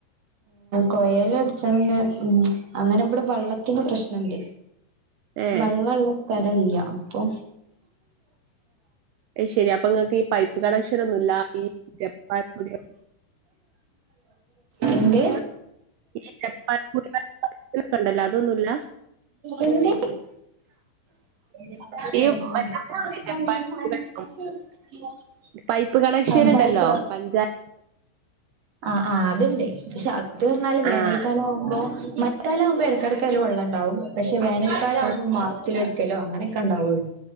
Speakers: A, on the right; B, on the right.
A: കൊയൽ അടിച്ചന്ന് ഉ അങ്ങനെ ഇവിടെ വെള്ളത്തിന് പ്രശ്നണ്ട്
B: ഏഹ്
A: വെള്ളള്ള സ്ഥല ഇല്യ അപ്പൊ
B: ശരി അപ്പൊ ഇങ്ങക്ക് ഈ പൈപ്പ് കണക്ഷൻ ഒന്നുല്ല ഇ ജപ്പാൻ കുടി
A: എന്ത്
B: ഈ ജപ്പാൻ കുടിവെള്ള പൈപ്പിലൊക്കെ ഉണ്ടല്ലോ അതൊന്നുല്ല
A: <inaudible> എന്ത് <inaudible>
B: ഈ മറ്റേതില്ലേ ജപ്പാൻ കുടിവെള്ളം പൈപ്പ് കണക്ഷൻ
A: പഞ്ചായത്ത്
B: ഇണ്ടല്ലോ പഞ്ചായ
A: ആ ആ അത് ണ്ട് പക്ഷെ അത്ർ ഞ്ഞാല് വേനൽക്കാലം
B: ആഹ്
A: ആവുമ്പോ ൽക്കാലാവുമ്പോ ഇടക്ക് ഇടക്ക് അയില് വെള്ളം ഇണ്ടാവും പക്ഷേ വേനൽക്കാലാവുമ്പോ
B: ആഹ്
A: മാസത്തിലൊരിക്കലോ അങ്ങനൊക്കെ ഇണ്ടാവൂള്ളൂ